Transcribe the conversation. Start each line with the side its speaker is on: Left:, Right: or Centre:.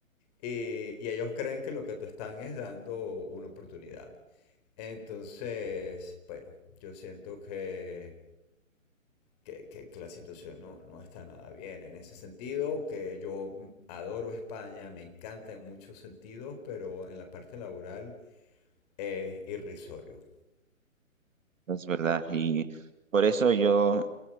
Left: Y, y ellos creen que lo que te están es dando una oportunidad. Entonces, bueno, yo siento que, que, que- que la situación no, no está nada bien en ese sentido, que yo adoro España, me encanta en muchos sentidos, pero en la parte laboral es irrisorio.
Right: es verdad. Y por eso yo,